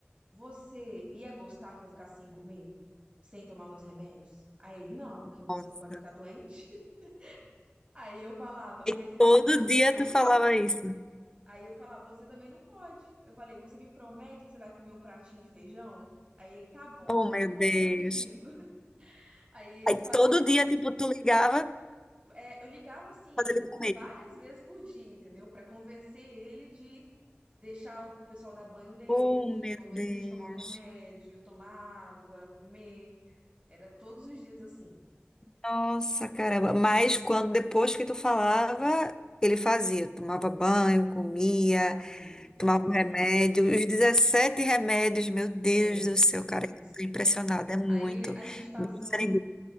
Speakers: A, on the right; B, on the left.
A: você ia gostar que eu ficasse sem comer? Sem tomar meus remédios? Aí ele: Não, porque você
B: Nossa.
A: não pode ficar doente. <laughs> Aí eu falava:
B: E
A: Mas então
B: todo
A: você
B: dia
A: também não
B: tu
A: pode.
B: falava isso.
A: Aí eu falava, você também não pode. Eu falei, você me promete que você vai comer um pratinho de feijão? Aí ele, tá bom,
B: Oh,
A: só
B: meu
A: porque você
B: Deus.
A: tá pedindo. <laughs> Aí eles
B: Aí
A: faziam
B: todo dia,
A: isso.
B: tipo, tu ligava
A: É, eu ligava assim,
B: pra ele comer.
A: várias vezes por dia, entendeu? Pra convencer ele de deixar o pessoal dar banho nele,
B: Oh, meu
A: convencer
B: Deus.
A: ele de tomar o remédio, tomar água, comer. Era todos os dias assim.
B: Nossa, caramba. Mas quando depois que tu falava, ele fazia, tomava banho, comia,
A: Fazia,
B: tomava
A: fazia.
B: um remédio, os 17 remédios, meu Deus
A: É,
B: do céu, cara, eu
A: isso.
B: tô impressionada, é muito.
A: Aí a gente passou.
B: Meu Deus, era igual.